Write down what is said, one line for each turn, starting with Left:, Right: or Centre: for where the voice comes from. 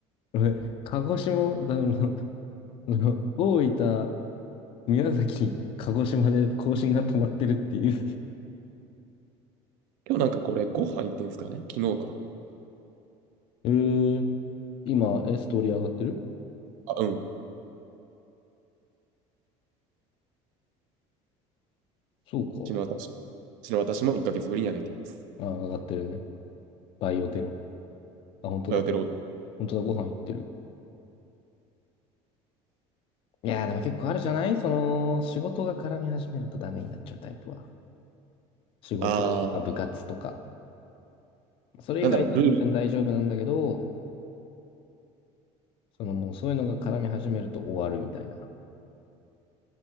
Left: 俺鹿児島、だ、あの、<laughs> の大分、宮崎、鹿児島で更新が止まってるっていう。
Right: 今日なんかこれ5杯行ってんですかね昨日か。
Left: えー、今、え、ストーリー上がってる
Right: あ、うん。
Left: そうか。
Right: 昨日私、昨日私も1ヶ月ぶりに上げています。
Left: あ、上がってるね。バイオテロ。あ、本当だ。
Right: バイオテロ。
Left: 本当だ、ご飯行ってる。いやー、でも結構あるじゃないその、仕事が絡み始めるとダメになっちゃうタイプは。仕事とか部活とか。
Right: あ
Left: それ以外は全然大丈夫なんだけど、
Right: なんだろう、ルール、
Left: そのもうそういうのが絡み始めると終わるみたいな。